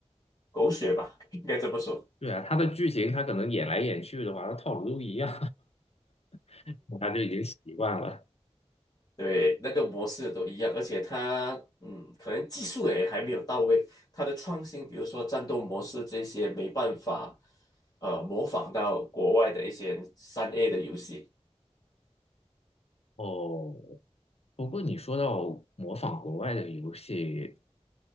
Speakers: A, on the left; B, on the left.
A: 狗血吧，应该这么说。
B: 对啊，他的剧情他可能演来演去的话，他套路都一样，<laughs> 他就已经习惯了。
A: 对，那个模式都一样，而且它嗯，可能技术也还没有到位，它的创新，比如说战斗模式这些，没办法呃模仿到国外的一些三 A 的游戏。
B: 哦，不过你说到模仿国外的游戏，